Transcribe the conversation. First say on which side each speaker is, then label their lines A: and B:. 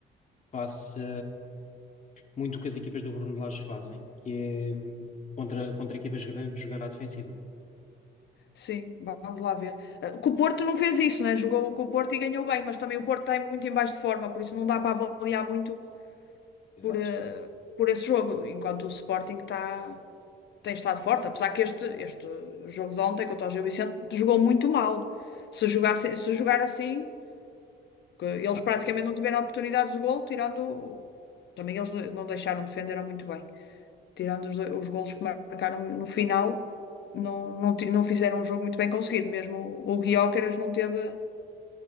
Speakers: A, on the left; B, on the left.
A: faça. muito o que as equipas do Bruno Lage fazem, que é hum, contra, contra equipas grandes jogar à defensiva.
B: sim. Vamos lá ver. Ah, Que o Porto não fez isso, né? Jogou com o Porto e ganhou bem, mas também o Porto está muito em baixo de forma, por isso não dá para avaliar muito
A: Exato.
B: por, eh, por esse jogo, enquanto o Sporting está, tem estado forte. Apesar que este, este jogo de ontem contra o Gil Vicente jogou muito mal. Se jogasse, se jogar assim. que eles
A: Ah,
B: praticamente não tiveram oportunidades de gol, tirando. o- Também eles não deixaram, defenderam muito bem. Tirando os, do- os golos que marcaram no final, não, não, ti- não fizeram um jogo muito bem conseguido. Mesmo o, o Gyökeres não teve,